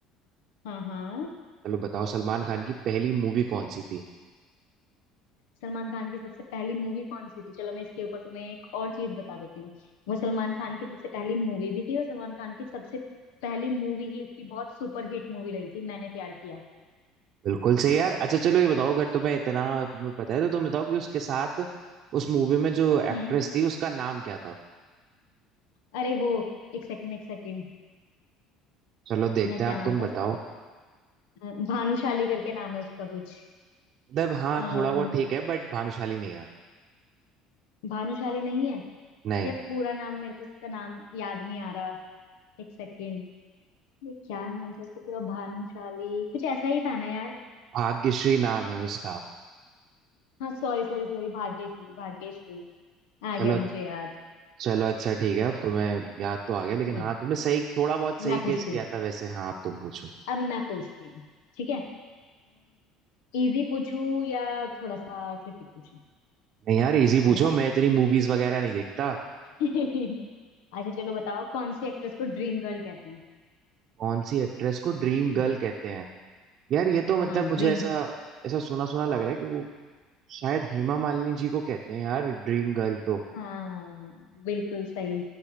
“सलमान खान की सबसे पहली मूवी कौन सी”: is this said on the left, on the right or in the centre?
Left